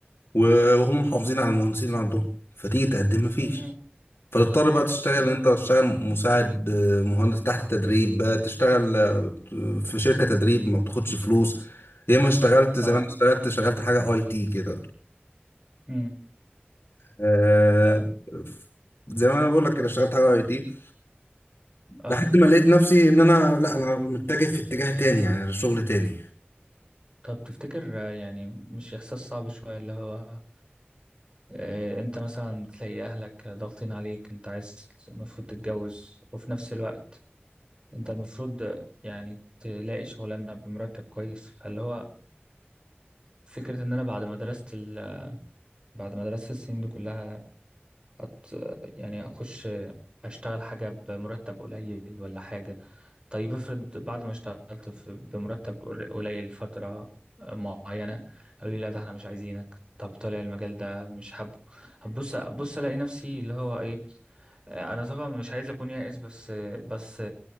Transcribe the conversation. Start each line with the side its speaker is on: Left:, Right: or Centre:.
Left: و- وهم محافظين على المهندسين اللي عندهم فتيجي تقدم مفيش
Right: مم.
Left: فتضطر بقى تشتغل
Right: مم.
Left: انت تشتغل مساعد آه، مهندس تحت تدريب بقى تشتغل آه، في شركة تدريب ما بتاخدش فلوس يا ما اشتغلت زمان
Right: اه
Left: اشتغلت شغلت حاجة اي تي كده
Right: مم.
Left: آه،
Right: اه
Left: ف- زي ما انا بقول لك كده اشتغلت حاجة اي تي
Right: آه.
Left: لحد ما لقيت نفسي ان انا لا انا متجه في اتجاه تاني يعني شغل تاني
Right: طب تفتكر آه، يعني مش إحساس صعب شوية اللي هو آه، أنت مثلا تلاقي أهلك ضاغطين عليك أنت عايز المفروض تتجوز وفي نفس الوقت أنت المفروض آه، يعني تلاقي شغلانة بمرتب كويس فاللي هو فكرة إن أنا بعد ما درست ال... بعد ما درست السنين دي كلها أت... يعني اخش اشتغل حاجه بمرتب قليل ولا حاجه طيب افرض بعد ما اشتغلت في... بمرتب قر- قليل فتره معينه قالوا لي لا ده احنا مش عايزينك طب طالع المجال ده مش حابه هبص ابص الاقي نفسي اللي هو ايه انا طبعا مش عايز اكون يائس بس بس